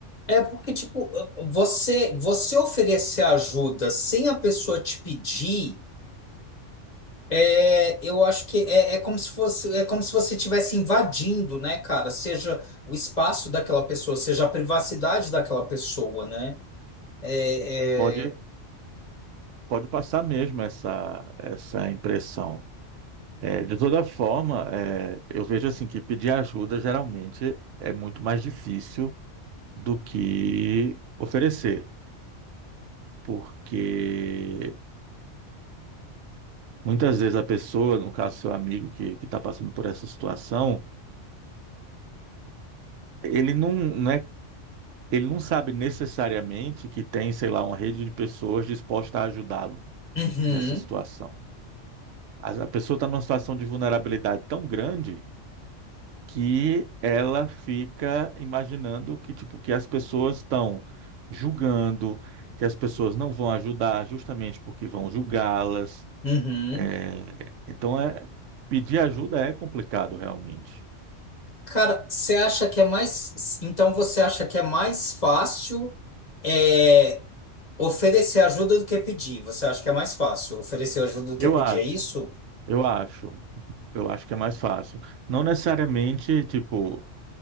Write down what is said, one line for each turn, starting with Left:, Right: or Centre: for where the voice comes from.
Left: É porque, tipo, você, você oferecer ajuda sem a pessoa te pedir, é, eu acho que é, é como se fosse, é como se você estivesse invadindo, né, cara? Seja o espaço daquela pessoa, seja a privacidade daquela pessoa, né? É,
Right: Pode,
Left: é,
Right: pode passar mesmo essa, essa impressão. É, de toda forma, é, eu vejo assim que pedir ajuda geralmente é muito mais difícil do que oferecer, porque muitas vezes a pessoa, no caso seu amigo que está passando por essa situação, ele não, não é ele não sabe necessariamente que tem, sei lá, uma rede de pessoas dispostas a ajudá-lo
Left: uhum.
Right: nessa situação. A a pessoa está numa situação de vulnerabilidade tão grande que ela fica imaginando que, tipo, que as pessoas estão julgando, que as pessoas não vão ajudar justamente porque vão julgá-las.
Left: Uhum.
Right: É, Então, é... pedir ajuda é complicado realmente.
Left: Cara, você acha que é mais. Então você acha que é mais fácil é, oferecer ajuda do que pedir? Você acha que é mais fácil oferecer ajuda do que
Right: Eu
Left: pedir?
Right: acho,
Left: É isso?
Right: eu acho, eu acho que é mais fácil. Não necessariamente, tipo,